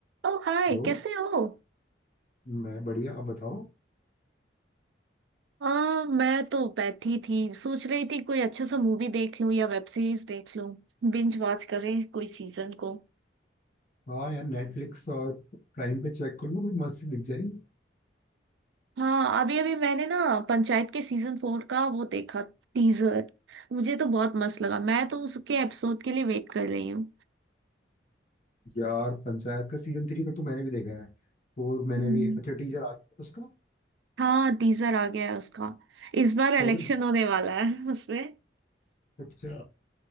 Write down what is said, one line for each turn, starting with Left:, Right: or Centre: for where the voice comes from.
Right: ओ hi
Left: Hello
Right: कैसे हो
Left: मैं बढ़िया आप बताओ
Right: आ, मैं तो बैठी थी सोच रही थी कोई अच्छे सा मूवी देख लूं या वेब सीरीज देख लूं बिंज वॉच करें कोई सीजन को
Left: हाँ यार नेटफ्लिक्स और प्राइम पे चेक कर लो कोई मस्त सी दिख जाएगी
Right: हाँ अभी अभी मैंने ना पंचायत के सीजन फोर का वो देखा टीजर मुझे तो बहुत मस्त लगा मैं तो उसके एपिसोड के लिए वेट कर रही हूँ
Left: यार पंचायत का सीजन थ्री तक तो मैंने भी देखा है फोर मैंने
Right: हम्म,
Left: भी अच्छा टीजर आ गया उसका
Right: हाँ टीजर आ गया है उसका इस बार
Left: कब
Right: इलेक्शन होने वाला है उसमें
Left: अच्छा